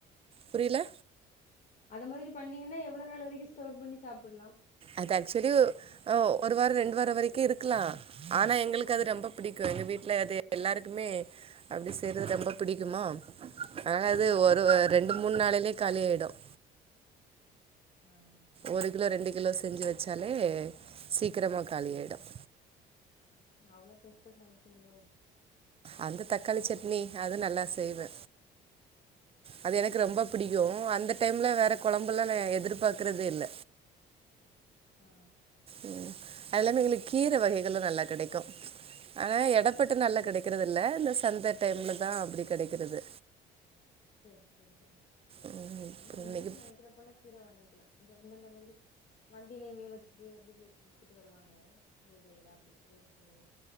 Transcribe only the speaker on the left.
அத மாதிரி பண்ணிங்கன்னா எவ்ள நாள் வரைக்கு ஸ்டோர் பண்ணி சாப்பிட்லா
ஆ
ஆ
ஆ சரி
சரி
அவ்ளோ டேஸ்ட்டா சமைப்பிங்களோ
சரி
ஆ
சேரி சேரி சேரி
ஆனா எங்களுக்கு நினைக்கிறப்பல்லா கீர வாங்கிக்கலாம் இங்க இந்தந்த பகுதி வண்டியிலே இப்டே வச்சுட்டு அப்டிஇப்டி வித்துட்டு வருவாங்க. வீடு வீட அப்டி ஊருக்குள்ளே